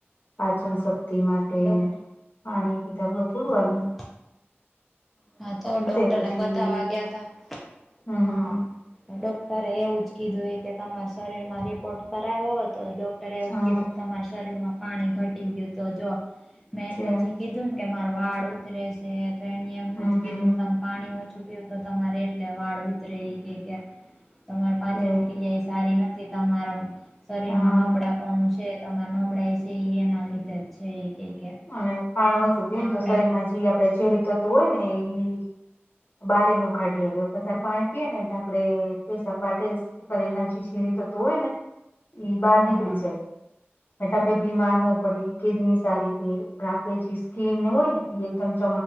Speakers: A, on the left (about 45°); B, in the centre.
A: પાચન
B: હા
A: શક્તિ માટે
B: ડોક્ટર
A: પાણી પીતા બધ થોડું
B: હા
A: આવે
B: હા તો ડોક્ટર
A: પછી
B: ને બતાવા ગયા તા
A: હમ
B: હા
A: હમ હમ
B: તો ડોક્ટરે એવું જ કીધું કે તમારા શરીર માં રિપોર્ટ કરાવો તો ડૉક્ટરે એવું
A: હા
B: જ કીધું તમારા શરીરમાં પાણી ઘટી ગયું તો જો મેન
A: છે
B: પછી કીધું ને કે મારે વાળ ઉતરે શે તો એ એમ
A: હમ હમ
B: કીધું
A: હમ
B: કે તમ પાણી ઓછું પીવું તો તમારે એટલે વાળ ઉતરે એ કે કે તમારી પાચન
A: છે
B: ક્રિયા એ સારી નથી તમારા શરીર
A: હા
B: માં નબળા પણું છે તમારે નબળાઈ છે એ એના લીધે જ છે એ ક કે
A: અને પાણી ઓછું પી ને
B: આપડે
A: તો શરીર માં જે આપડણે ઝેરી થતું હોય ને ઈ બારીનું કાઢીએ વધારે પાણી પીએ ને એટલે આપડણે પસકવા ફ એના જી સરી તો તો હોય ને બહાર
B: હા
A: નીકળી જાય એટલે આપણેે
B: હા
A: બીમાર ન પડી કિડની સારી આપ જે સ્કીન હોય ને એમ ચ